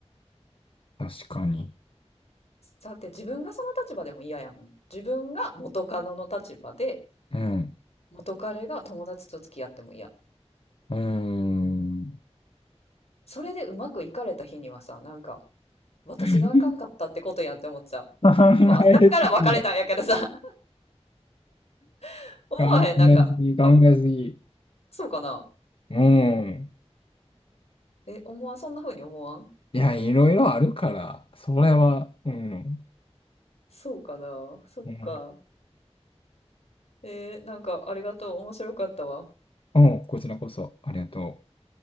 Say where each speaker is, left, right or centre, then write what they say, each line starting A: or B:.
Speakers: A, on the left; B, on the left.
A: あ、確かに。
B: だって自分がその立場でも嫌やもん。自分が元カノの立場で、
A: うん。
B: 元彼が友達と付き合っても嫌。
A: うーん。
B: それでうまくいかれた日にはさ、なんか、私があかんかったってことやんって思っちゃ
A: <laughs> 考
B: う。まあ、
A: えすぎだ。
B: だから別れたんやけどさ <laughs>、思わへん、
A: 考えすぎ、
B: なんか、
A: 考えすぎ。
B: あ、そうかな。
A: うん。
B: え、思わん、そんな風に思わん
A: いや、いろいろあるから、それは、うん。
B: そうかな。そっか。
A: うん。
B: えーなんか、ありがとう。面白かったわ。
A: うん、こちらこそ、ありがとう。